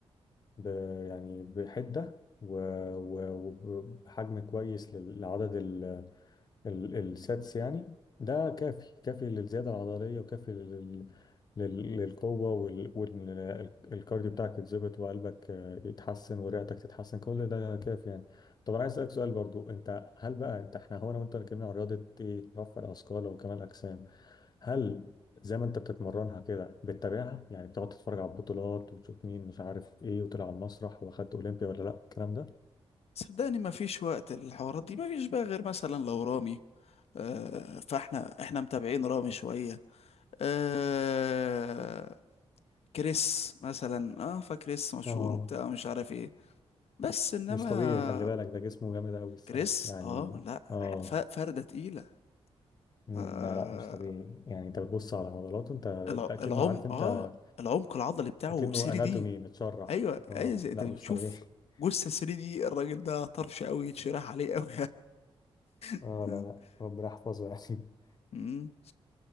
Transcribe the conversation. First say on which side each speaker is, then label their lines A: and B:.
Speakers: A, on the left (about 40°); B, on the left (about 75°).
A: ب... يعني بحدة و- و- وبحجم كويس لل- لعدد ال... ال... الساتس يعني ده كافي كافي للزيادة العضلية وكافي لل... لل... للقوة والكارديو وال... وال- الكارديو بتاعك يتظبط وقلبك آه، يتحسن ورئتك تتحسن كل ده كافي يعني طب انا عايز اسألك سؤال برضو انت هل بقى انت احنا هو انا وانت اتكلمنا عن رياضة ايه رفع الاثقال وكمال الاجسام هل زي ما انت بتتمرنها كده بتتابعها يعني بتقعد تتفرج على البطولات وتشوف مين مش عارف ايه وطلع على المسرح واخد اولمبيا ولا لا الكلام ده
B: صدقني ما فيش وقت الحوارات دي ما فيش بقى غير مثلا لو رامي آه فاحنا احنا متابعين رامي شوية آه كريس مثلا اه فكريس مشهور
A: اه
B: وبتاع مش عارف ايه بس انما
A: مش طبيعي خلي بالك ده جسمه جامد قوي الصراحه
B: كريس
A: يعني
B: اه لا
A: اه
B: ح- ف- فردة تقيلة
A: مم،
B: آه
A: لا لا مش طبيعي يعني انت بتبص على عضلاته انت
B: الع-
A: ده اكنه
B: العمق
A: عارف انت
B: اه العمق العضلي بتاعه
A: اكنه
B: 3
A: اناتومي
B: دي
A: متشرح
B: ايوه
A: اه
B: ايوه زي انت
A: لا
B: بتشوف
A: مش طبيعي <laughs>
B: جثه 3 دي الراجل ده طرش قوي يتشرح عليه قوي <laughs>
A: اه لا لا ربنا يحفظه يعني <laughs>
B: مم.